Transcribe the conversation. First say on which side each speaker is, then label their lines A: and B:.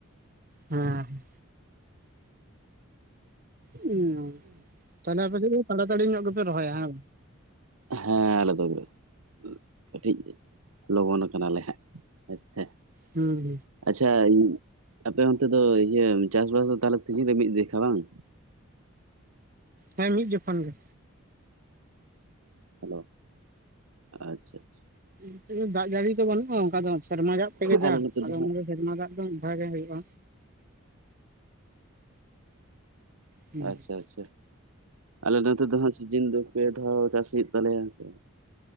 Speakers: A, on the right; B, on the right.
A: ᱦᱮᱸ ᱦᱸ ᱛᱟᱦᱞᱮ ᱟᱯᱮ ᱫᱚ ᱛᱟᱲᱟᱻᱛᱟᱲᱤ ᱧᱚᱜ ᱜᱮᱯᱮ ᱨᱚᱦᱚᱭᱟ ᱦᱮᱸ
B: ᱦᱮᱸ ᱟᱞᱮ ᱫᱚᱞᱮ ᱠᱟᱹᱴᱤᱡ ᱞᱚᱜᱚᱱ ᱟᱠᱟᱱᱟᱞᱮ ᱦᱟᱸᱜ <inaudible> ᱦᱮᱥᱮ᱾
A: ᱦᱩᱸ
B: ᱟᱪᱟᱷᱟ, ᱟᱯᱮ ᱚᱱᱛᱮ ᱫᱚ ᱤᱭᱟᱹ ᱪᱟᱥᱵᱟᱥ ᱫᱚ ᱛᱟᱦᱚᱞᱮ ᱛᱤᱡᱤ ᱫᱷᱟᱹᱵᱤᱡ ᱫᱮᱠᱷᱟ ᱵᱟᱝ ᱾
A: ᱦᱮᱸ ᱢᱤᱫ ᱡᱚᱠᱷᱚᱱ ᱜᱮ᱾
B: ᱦᱮᱞᱳ <inaudible> ᱟᱪᱪᱷᱟ ᱟᱪᱪᱦᱟ᱾
A: ᱱᱚᱛᱮ ᱫᱚ ᱫᱟᱜ ᱡᱟᱹᱲᱤ ᱫᱚ ᱵᱟᱹᱱᱩᱜᱼᱟ, ᱚᱱᱠᱟ ᱫᱚ ᱥᱮᱨᱢᱟ ᱫᱟᱜ ᱛᱮᱜᱮ ᱡᱟ
B: ᱟᱞᱮ ᱱᱚᱛᱮ
A: ᱾ ᱟᱫᱚ
B: ᱫᱚ ᱦᱟᱸᱜ
A: ᱚᱱᱮ ᱥᱮᱨᱢᱟ ᱫᱟᱜ ᱫᱚ ᱢᱤᱫ ᱫᱷᱟᱣ ᱜᱮ ᱦᱩᱭᱩᱜᱼᱟ᱾ ᱦᱩᱸ
B: ᱟᱪᱪᱷᱟ ᱟᱪᱪᱷᱟ, ᱟᱞᱮ ᱫᱚ ᱱᱚᱛᱮ ᱫᱚ ᱦᱟᱸᱜ ᱥᱤᱡᱤᱱ ᱫᱚ ᱯᱮ ᱫᱷᱟᱣ ᱪᱟᱥ ᱦᱩᱭᱩᱜ ᱛᱟᱞᱮᱭᱟ, ᱦᱮᱸ ᱥᱮ᱾